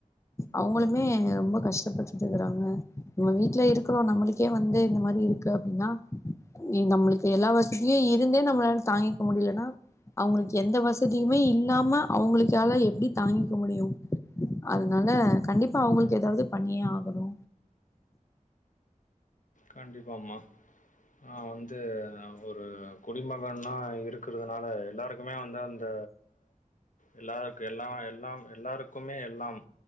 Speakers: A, on the left; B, on the left.
A: அவுங்களுமே ரொம்ப கஷ்டப்பட்டுட்டு இருக்குறாங்க நம்ம வீட்ல இருக்கிறோ நம்மளுக்கே வந்து இந்த மாரி இருக் இருக்கு அப்டின்னா நீ நம்மளுக்கு எல்லா வசதியு இருந்தே நம்மளால தாங்கிக்க முடியலனா அவங்களுக்கு எந்த வசதியுமே இல்லாம அவங்களுக்கால எப்டி தாங்கிக்க முடியு அதனால கண்டிப்பா அவங்களுக்கு ஏதாவது பண்ணியே ஆகணு
B: கண்டிப்பாமா நா வந்து ஒரு குடிமகனா இருக்குறதுனால எல்லாரு க்குமே வந்து அந்த எல்லாருக்கு எல்லா எல்லா எல்லாருக்குமே எல்லாம்